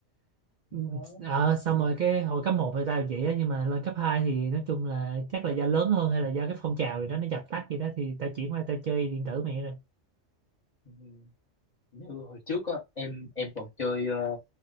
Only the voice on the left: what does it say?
đó
Ừ. như hồi trước á em em còn chơi ờ,